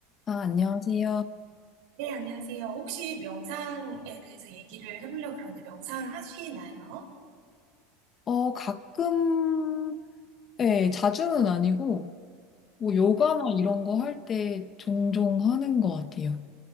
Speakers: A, on the left; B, on the right.
A: 아, 안녕하세요.
B: 네, 안녕하세요. 혹시 명상에 대해서 얘기를 해보려고 그러는데 명상 하시나요?
A: 어, 가끔, 예, 자주는 아니고, 뭐, 요가나 이런 거 할 때 종종 하는 것 같아요.